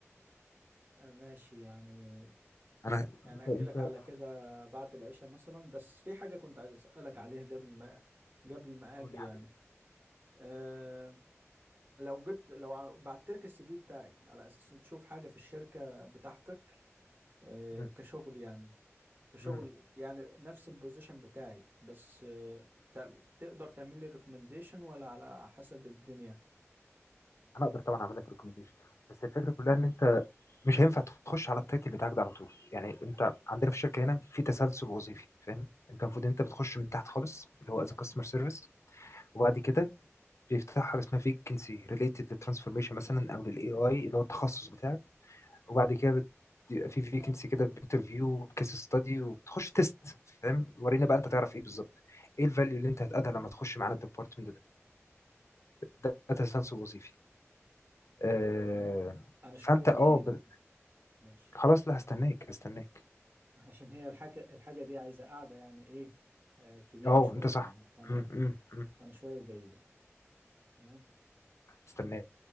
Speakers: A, on the right; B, on the left.
A: آه، ماشي يعني
B: انا
A: يعني أجيلك
B: انت انت
A: على كده بعد العشاء مثلا بس في حاجة كنت عايز أسألك عليها قبل ما قبل ما
B: قول
A: أجي
B: لي حبيبي
A: يعني أه لو جبت لو ع- بعت لك السي في بتاعي على أساس تشوف حاجة في الشركة بتاعتك أه
B: مم.
A: كشغل يعني كشغل
B: مم.
A: يعني نفس البوزيشن بتاعي بس آه، ت- تقدر تعمل لي ريكومنديشن ولا على حسب الدنيا
B: انا اقدر طبعا اعمل لك ريكومنديشن بس الفكره كلها ان انت مش هينفع تخش على التايتل بتاعك ده على طول يعني انت عندنا في الشركه هنا في تسلسل وظيفي فاهم انت المفروض انت بتخش من تحت خالص اللي هو از كاستمر سيرفيس وبعد كده بيفتح حاجه اسمها فيكنسي ريليتد للترانسفورميشن مثلا او للاي اي اللي هو التخصص بتاعك وبعد كده بت- بيبقى في فيكنسي كده بانترفيو وبكيس ستادي وبتخش تيست فاهم ورينا بقى انت تعرف ايه بالظبط ايه الفاليو اللي انت هتقدها لما تخش معانا الديبارتمنت ده ده داتا ساينس وظيفي آه،
A: طب تمام انا
B: فانت
A: شويه وجاي
B: اه
A: لك
B: ب-
A: ماشي
B: خلاص لا هستناك هستناك
A: عشان هي الحاجه الحاجه دي عايزه قاعده يعني ايه آه كبيره
B: اه
A: شويه
B: انت صح
A: يعني فانا
B: م- م- م.
A: فانا شويه وجاي لك تمام
B: استناك